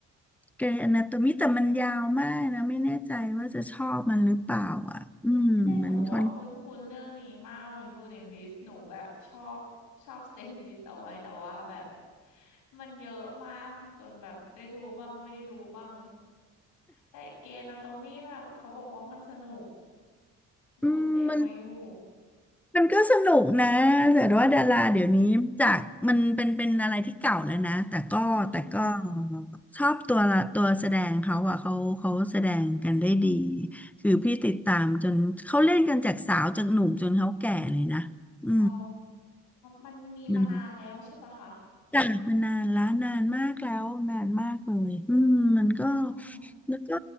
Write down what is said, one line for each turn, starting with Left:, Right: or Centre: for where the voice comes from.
Centre: เกรย์อนาโตมีแต่มันยาวมากนะไม่แน่ใจว่าจะชอบมันหรือเปล่าอ่ะอืมมันค่อน
Left: แต่หนูอะคุ้นคุ้นเรื่องนี้มากมันอยู่ในลิสต์หนูแบบชอบชอบเซฟลิสต์เอาไว้แต่ว่าแบบมันเยอะมากจนแบบได้ดูบ้างไม่ได้ดูบ้างแต่เกย์อนาโตมีแบบเขาบอกว่ามันสนุกหนูเซฟไว้อยู่
Centre: อืมมัน มันก็สนุกนะแต่ว่าดาราเดี๋ยวนี้จากมันเป็นเป็นอะไรที่เก่าแล้วนะแต่ก็แต่ก็
Left: อืมอืม
Centre: ชอบตัวละตัวแสดงเขาอ่ะเขาเขาแสดงกันได้ดีคือพี่ติดตามจนเขาเล่นกันจากสาวจากหนุ่มจนเขาแก่เลยนะอื
Left: อ๋อมันมีมานานแล้วใช่ปะคะ
Centre: ม จ้ะมันนานแล้วนานมากแล้วนานมากเลยอืมมันก็
Left: อ๋อ
Centre: แล้วก็